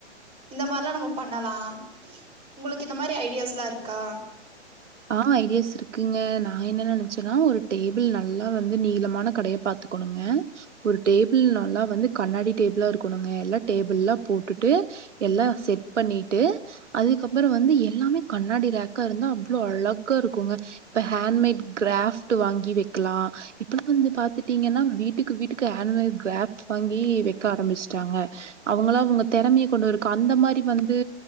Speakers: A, on the right (about 15°); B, on the right (about 80°).
A: இந்த மாரிலாம் நம்ம பண்ணலாம் உங்களுக்கு இந்த மாதிரி ஐடியாஸ் எல்லா இருக்கா
B: ஆ ஐடியாஸ் இருக்குங்க நா என்னன்ன நெனைச்சேன்னா ஒரு டேபிள் நல்லா வந்து நீளமான கடையொ பாத்துக்கணுங்க ஒரு டேபிள் நல்லா வந்து கண்ணாடி டேபிளா இருக்கணுங்க எல்லா டேபிள் எல்லா போட்டு ட்டு எல்லா செட் பண்ணி ட்டு அதுக்கப்புறோ வந்து எல்லாமே கண்ணாடி ரேக்கா இருந்தா எவ்ளோ அழகா இருக்குங்க இப்ப ஹேண்ட்மேட் கிராப்ட் வாங்கி வெக்கலா இப்பல்ல வந்து பாத்துட்டீங்கன்னா வீட்டுக்கு வீட்டுக்கு ஹேண்ட்மேட் கிராப்ட் வாங்கி வெக்க ஆரம்பிச்சுட்டாங்க அவங்களா அவங்க தேறமையை கொண்டு இருக்கும் அந்த மாரி வந்து